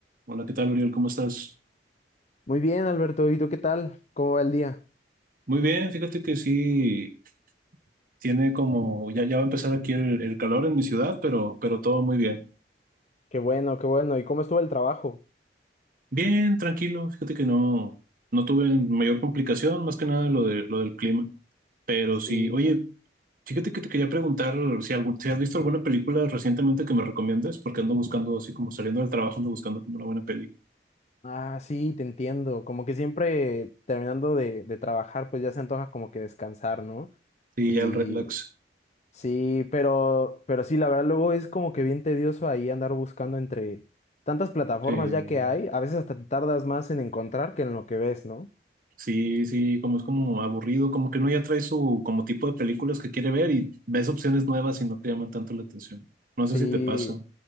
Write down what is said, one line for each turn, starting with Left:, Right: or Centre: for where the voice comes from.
Right: Hola, ¿qué tal, Uriel? ¿Cómo estás?
Left: Muy bien, Alberto. ¿Y tú qué tal? ¿Cómo va el día?
Right: Muy bien, fíjate que sí, tiene como, ya, ya va a empezar aquí el, el calor en mi ciudad, pero, pero todo muy bien.
Left: Qué bueno, qué bueno. ¿Y cómo estuvo el trabajo?
Right: Bien, tranquilo, fíjate que no, no tuve mayor complicación, más que nada lo de, lo del clima. Pero
Left: Sí.
Right: sí, oye, fíjate que te quería preguntar si, algún, si has visto alguna película recientemente que me recomiendes, porque ando buscando, así como saliendo del trabajo, ando buscando como una buena peli.
Left: Ah, sí, te entiendo. Como que siempre terminando de, de trabajar, pues ya se antoja como que descansar, ¿no?
Right: Sí,
Left: Y
Right: ya el relax.
Left: sí, pero, pero sí, la verdad, luego es como que bien tedioso ahí andar buscando entre tantas plataformas
Right: Sí.
Left: ya que hay. A veces hasta te tardas más en encontrar que en lo que ves, ¿no?
Right: Sí, sí, como es como aburrido, como que uno ya trae su como tipo de películas que quiere ver y ves opciones nuevas y no te llaman tanto la atención. No
Left: Sí.
Right: sé si te pasa.